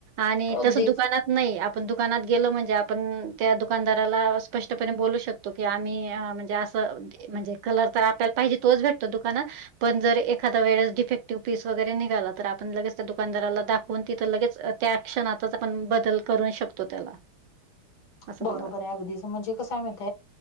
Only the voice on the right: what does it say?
आणि
तस दुकानात नाही आपण दुकानात गेलो म्हणजे आपण त्या दुकानदाराला स्पष्टपणे बोलू शकतो तो कि आम्ही म्हणजे असं म्हणजे कलर तर आपल्याला पाहिजे तोच भेटतो दुकानात पण जर एखादा वेळेस डफेटिव्ह पीस वगैरे निघाला तर आपण लगेच दुनदाराला दाखव ण तिथं लगेच त्या ऍक्शनातच आपण बदल करू शकतो त्याला असं
मला वाटतं.